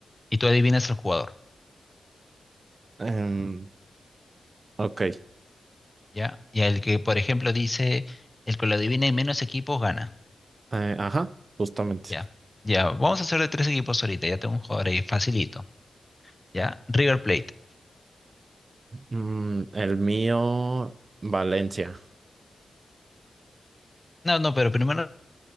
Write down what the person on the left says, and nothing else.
Y tú adivinas el jugador,
ya. Y el que, por ejemplo, dice, el que lo adivine en menos equipos gana.
Ya, ya, vamos a hacer de tres equipos ahorita, ya tengo un jugador ahí, facilito, ¿ya? River Plate.
No, no, pero primero